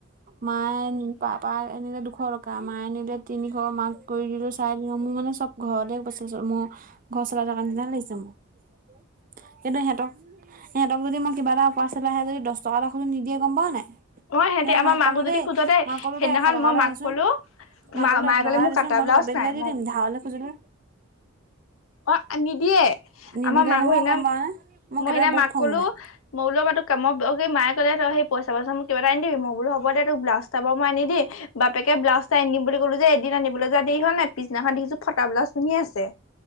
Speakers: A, on the right (about 40°); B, on the left (about 70°).
A: মায়ে নি, পাপা নিলে দুশ টকা, মায়ে আনিলে তিনিশ, মাক কৰি দিলোঁ চাৰে তিনিশ, মোৰ মানে চব ঘৰতে পছি মোৰ, ঘৰ চলাই থকা নিচিনা লাগিছে মোক। কিন্তু সিহঁতক, সিহঁতক যদি মই কিবা এটা উপাৰ্চেল আহ যদি দহ টকা এটা নিদিয়ে গ'ম পাও নাই?
B: মই সিহঁতি
A: সিদিনা
B: আমাৰ
A: মাক
B: মাকো
A: ক'লো
B: যদি
A: দেই,
B: খোজ
A: মাক ক'লো
B: সেইদিনাখন
A: দেই এশ টকা
B: মই
A: এটা
B: মাক
A: দেচোন,
B: কলো
A: মাক
B: মা
A: ক'লো
B: মায়ে
A: এশ
B: ক'লে
A: টকা
B: মোৰ
A: দেচোন
B: কাটা
A: মই
B: ব্লাউজ
A: বেদলেগে
B: নাই
A: দি
B: মোক
A: দিম, ধাৰলে খুজিলো।
B: অ' নিদিয়ে,
A: নিদিলে
B: আমাৰ মাকৰ
A: নহয়
B: সিনানা,
A: গম পাৱ নে মোৰ
B: মই
A: কেতিয়াবা
B: সেইদিনা
A: বহুত
B: মাক
A: খং
B: ক'লো
A: উঠে
B: মই বোল বাত কাম এই মায় কলে তই পইচা মোক কিবা এটা আনি দিবি, মই বুলো হ'ব দে তোক ব্লউজ চাব মই আনি দি বাপেকে ব্লাউজ এটা আনিম বুলি ক'লো যে এদিন আনিবলৈ যোৱা দেৰি হ'ল নাই, পিছদিনা দেখিছোঁ ফটা ব্লাউজ পিন্ধি আছে।